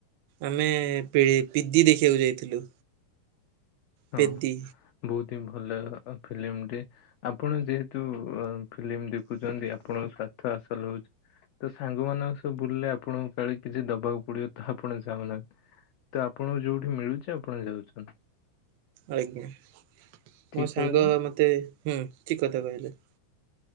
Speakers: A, on the right; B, on the left.
A: ଆମେ ପିଡି ପି ଦି ଦେଖିବାକୁ ଯାଇଥିଲୁ।
B: ହଁ
A: ପେଦି
B: ବହୁତ ହିଁ ଭଲ ଫିଲ୍ମଟେ ଆପଣ ଯେହେତୁ। ଫିଲ୍ମ ଦେଖୁଛନ୍ତି ଆପଣଙ୍କ ସ୍ଵାର୍ଥ ଆସଲ ହଉଛି। ତ ସାଙ୍ଗ ମାନଙ୍କ ସବୁ ବୁଲିଲେ ଆପଣଙ୍କୁ କାଳେ କିଛି ଦବାକୁ ପଡିବ ତ ଆପଣ ଚାହୁଁନାହାନ୍ତି। ତ ଆପଣଙ୍କୁ ଯୋଉଠି ମିଳୁଛି ଆପଣ ଯାଉଛନ୍ତି।
A: ଆଜ୍ଞା ମୋ
B: ଠିକ
A: ସାଙ୍ଗ
B: କହିଲୁ
A: ମତେ ହୁଁ ଠିକ କଥା କହିଲେ।